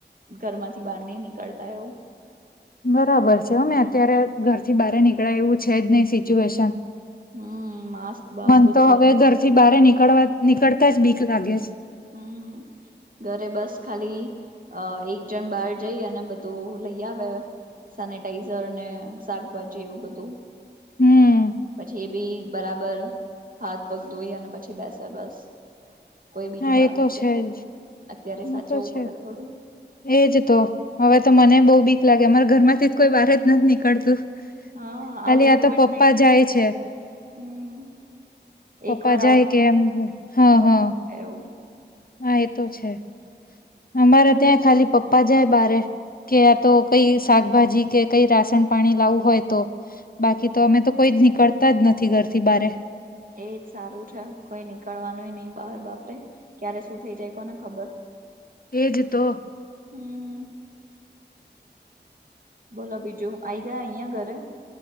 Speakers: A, on the right (about 50°); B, on the left (about 50°).
A: ઘરમાંથી બહાર નઈ નીકળતા એવું
B: બરાબર છે અમે અત્યારે ઘરથી બહાર નીકળાય એવું છે જ નહી સિચ્યુએશન
A: હમ માસ્ક બાસ્ક
B: મન
A: બધું
B: તો
A: પહેરીને
B: હવે ઘરથી
A: જ
B: બારે નીકળવા નીકળતા જ બીક લાગે છે.
A: હમ. ઘરે બસ ખાલી અ એક જણ બહાર જઈ અને બધું લઈ આવે સેનેટાઈઝર ને શાકભાજી એવું બધું
B: હમ
A: પછી એ ભી બરાબર હાથ પગ ધોઈ અને પછી બેસે બસ કોઈ બીજું
B: હા
A: બહાર
B: એ તો
A: નહી
B: છેજ
A: જતું અત્યારે સાચવવું
B: એ તો છે
A: પડે થોડું
B: એજ તો હવે તો મને બહુ બીક લાગે અમારે ઘર થી કોઈ બાર જ નથી નીકળતું
A: હા
B: ખાલી
A: આવું એક
B: આ તો
A: વાર
B: પપ્પા
A: થાય એટલે
B: જાય છે
A: હમ
B: પપ્પા
A: એક વાર
B: જાય કે એમ હા
A: આવું
B: હા
A: એવું
B: હા એ તો છે અમારે ત્યાં ખાલી પપ્પા જાય બારે કે આ તો કઈ શાકભાજી કે કઈ રાસન પાણી લાવું હોય તો બાકી તો અમે તો કોઈ નીકળતા જ નથી ઘરથી બારે
A: એજ સારું છે કોઈ નીકળવાનુંય નહિ બહાર બાપરે ક્યારે શું થઇ જાય કોને ખબર
B: એજ તો
A: હમ્મ. બોલો બીજું આઈ ગયા અહયા ઘરે